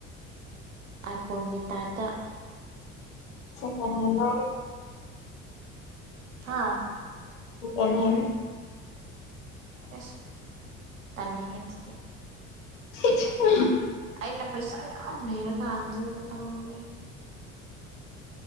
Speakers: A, on the right; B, on the left.
A: ꯑꯥꯏꯐꯣꯟꯒꯤ ꯇꯥꯏꯞꯇ
B: ꯁꯦꯀꯦꯟꯍꯦꯟ ꯂꯧꯔꯣ
A: ꯍꯥꯥ
B: ꯁꯦꯀꯦꯟꯍꯦꯟ
A: ꯑꯦꯁ ꯇꯜꯂꯤꯍꯦ ꯑꯗꯨꯗꯤ
B: <unintelligible>
A: ꯑꯩꯅ ꯄꯩꯁꯥ ꯌꯥꯝ ꯂꯩꯔ ꯀꯥꯟꯗ ꯇꯧꯒꯦ